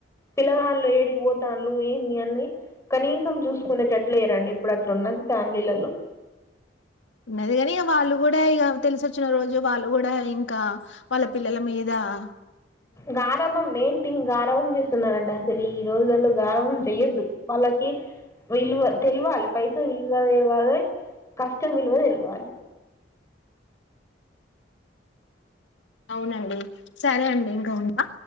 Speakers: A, on the left; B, on the left.
A: పిల్ల గాల్లు ఎడికిపోతాల్లు ఏంది ఈ అన్నీ కనీసం చూసుకునేటట్లు లేరండి ఇప్పుడు అట్లు ఉన్నది ఫ్యామిలీలల్లో
B: ఉన్నది కాని ఇక వాళ్ళు కూడా ఇగ తెలిసొచ్చిన రోజు వాళ్ళు కూడా ఇంక వాళ్ళ పిల్లల మీద ఆ
A: గారాభం మెయిన్ థింగ్ గారభం చేస్తున్నారండి అసలు ఈ రోజులలో గారాబం చెయ్యొద్దు వాళ్ళకి విలువ తెలివాలి పైసా విలువ తెలవాలి కష్టం విలువ తెల్వాలి
B: అవునండి సరే అండి ఇంక ఉంటా